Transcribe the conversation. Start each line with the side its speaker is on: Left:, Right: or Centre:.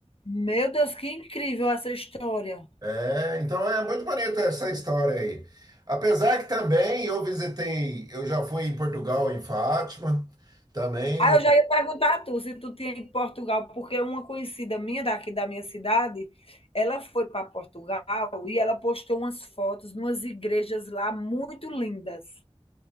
Left: Meu Deus, que incrível essa história.
Right: É, então é muito bonita essa história aí. Apesar que também eu visitei, eu já fui em Portugal, em Fátima, também
Left: Ah, eu já ia perguntar a tu se tu tinha ido para Portugal, porque uma conhecida minha daqui da minha cidade, ela foi para Portugal e ela postou umas fotos de umas igrejas lá muito lindas.